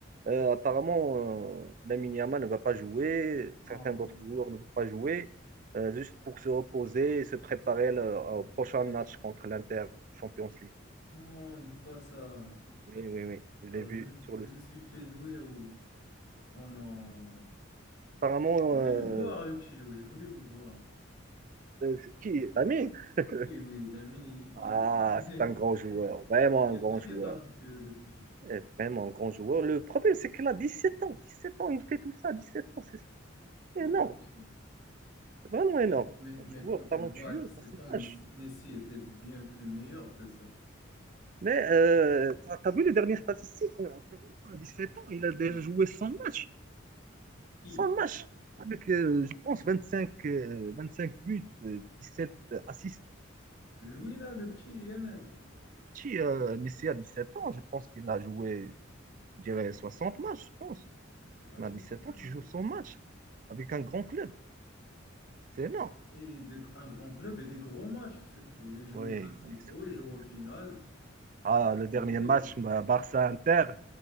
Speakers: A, on the right; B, on the left.
A: Euh, apparemment, euh, Lamine Yamal ne va pas jouer,
B: Non,
A: certains d'autres joueurs ne vont pas jouer, euh, juste pour se reposer et se préparer le- au prochain match contre l'Inter Champions League.
B: non, dis pas ça.
A: Oui, oui, oui, je
B: Alors
A: l'ai vu
B: je me,
A: sur
B: je
A: le...
B: me suis fait douer ou... Oh non.
A: Apparemment,
B: Je voulais
A: euh,
B: le voir, le petit jeu, je voulais le voir.
A: euh, c'est qui? Lamine? <laughs>
B: Oui, oui, Lamine, il,
A: Ah, c'est
B: il-
A: un grand
B: <laughs>
A: joueur, vraiment
B: il
A: un grand
B: est très
A: joueur,
B: talentueux, le petit.
A: Eh, vraiment un grand joueur. Le problème, c'est qu'il a 17 ans, 17 ans, il fait tout ça, 17 ans, c'est
B: C'est
A: c'est énorme,
B: hallucinant.
A: c'est vraiment
B: Mais,
A: énorme.
B: mais,
A: Un
B: mais
A: joueur
B: quand tu
A: talentueux
B: vois à 17
A: dans cet
B: ans, Messi,
A: âge.
B: Messi était bien plus meilleur que ça.
A: Mais euh, t'as t'as vu les dernières statistiques? euh, apparemment, À 17 ans, il
B: De
A: a déjà
B: quoi?
A: joué 100 matchs.
B: Qui?
A: cent matchs. Avec, euh, je pense, 25 euh, cinq buts, euh, sept assists.
B: Lui, là, le petit YML.
A: Petit, euh, Messi à 17 ans, je pense qu'il a joué, je dirais, 60 matchs, je pense.
B: Mais C'est hallucinant,
A: Mais à sept ans, tu
B: ça.
A: joues 100 matchs avec un grand club. C'est énorme.
B: Et des- un grand club et des gros matchs, surtout. Il joue
A: Oui,
B: au Classico,
A: oui, surtout.
B: il joue au final.
A: Ah,
B: Il a
A: le dernier
B: tout fait,
A: match,
B: lui.
A: bah, Barça-Inter.